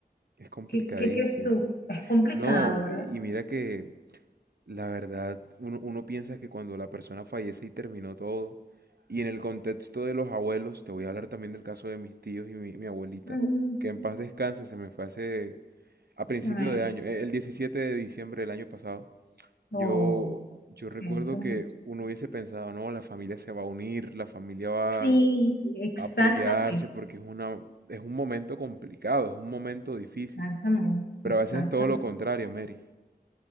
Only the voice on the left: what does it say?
¿qué, qué crees tú? Es complicado,
¿verdad?
Mm,
amén.
Oh,
siento
mucho.
Sí,
exactamente,
exactamente,
exactamente.